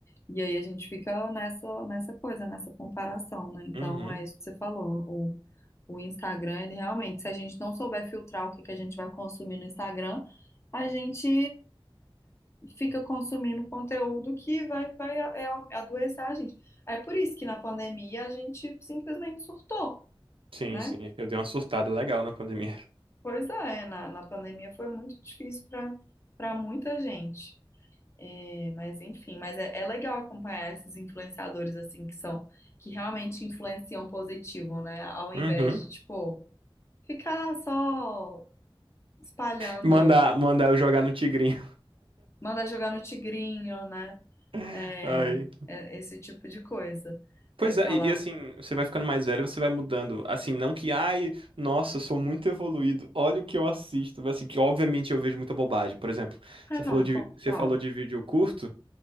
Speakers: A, on the left (about 30°); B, on the right (about 75°).
A: E aí a gente fica nessa, nessa coisa, nessa comparação, né? Então,
B: Uhum.
A: é isso que você falou, o, o Instagram, ele realmente, se a gente não souber filtrar o que que a gente vai consumir no Instagram, a gente fica consumindo conteúdo que vai, vai a- é a- adoecer a gente. É por isso que na pandemia a gente simplesmente surtou,
B: Sim,
A: né?
B: sim. Eu dei uma surtada legal na pandemia. <laughs>
A: Pois é, na, na pandemia foi muito difícil para para muita gente. É, mas enfim, mas é, é legal acompanhar esses influenciadores assim que são que realmente influenciam positivo, né? Ao invés
B: Uhum.
A: de tipo ficar só espalhando,
B: Mandar, mandar eu jogar no Tigrinho.
A: manda jogar no tigrinho, né?
B: <laughs>
A: É,
B: Ai.
A: é esse tipo de coisa.
B: Pois
A: É
B: é,
A: falar,
B: e, e assim, você vai ficando mais velho, você vai mudando. Assim, não que, ai, nossa, eu sou muito evoluído, olha o que eu assisto. Mas, Assim, que obviamente eu vejo muita bobagem. Por exemplo,
A: ah,
B: você
A: não,
B: falou de,
A: claro.
B: você falou de vídeo curto,